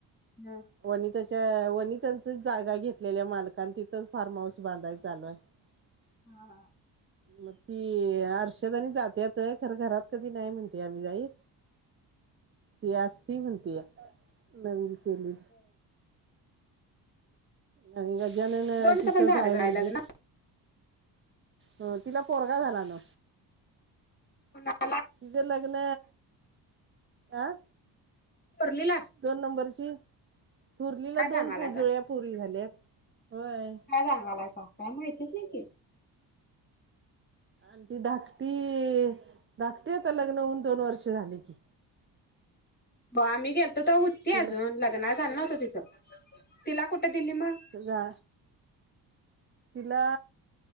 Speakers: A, on the left; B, on the right.
A: हम्म.
B: वनिताच्या वनितांचा जागा घेतलेली आहे मालकांना तिथंच फार्म हाऊस बांधायचं चालू आहे. <inaudible>
A: हा हा.
B: मग ती अर्षद आणि जात्यात तर खरं घरात कधी नाही म्हणतोय आम्ही जाई ती असतीय म्हणत्या नवीन केली आणि गजानन
A: दोनच
B: तिथंच
A: पण झालं
B: आहे
A: काय
B: म्हणली.
A: लग्न
B: हा तिला पोरगा झाला ना.
A: कोणाला
B: उद्या लग्न आं
A: थोरलीला
B: दोन नंबरची, थूरर्लीला
A: काय सांगालायसा
B: दोन पूजुळ्या पुरी झाल्यात, होय.
A: काय सांगालायसा, काय माहितीच नाही की.
B: आणि ती धाकटी, धाकटी आता लग्न हून दोन वर्ष झाली की.
A: ब आम्ही गेलतो तवा होती
B: तिला
A: अजून, लग्न झालं नव्हतं तिचं, तिला कुठं दिली मग?
B: गा तिला,